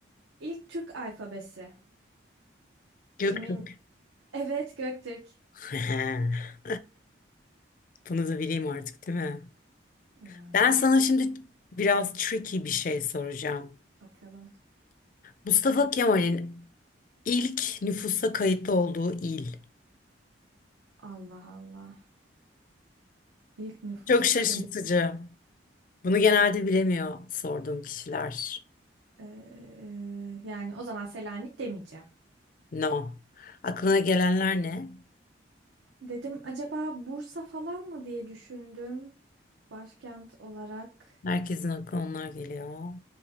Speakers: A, on the right (about 80°); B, on the left (about 45°).
A: İlk Türk alfabesi.
B: Göktürk.
A: Kimin? Evet Göktürk.
B: <laughs> Bunu da bileyim artık değil mi?
A: Yani
B: Ben sana şimdi biraz tricky bir şey soracağım.
A: bakalım.
B: Mustafa Kemal'in ilk nüfusa kayıtlı olduğu il.
A: Allah Allah. İlk nüfusa
B: Çok şaşırtıcı.
A: kayıt.
B: Bunu genelde bilemiyor sorduğum kişiler.
A: Ee, yani o zaman Selanik demeyeceğim.
B: No. Aklına gelenler ne?
A: Dedim acaba Bursa falan mı diye düşündüm. Başkent olarak.
B: Herkesin aklına onlar geliyor.